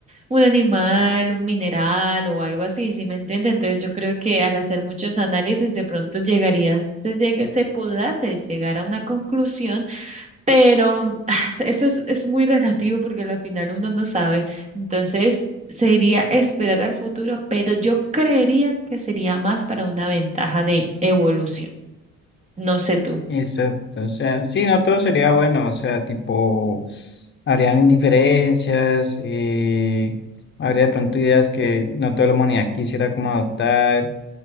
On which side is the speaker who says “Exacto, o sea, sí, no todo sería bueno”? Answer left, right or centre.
Left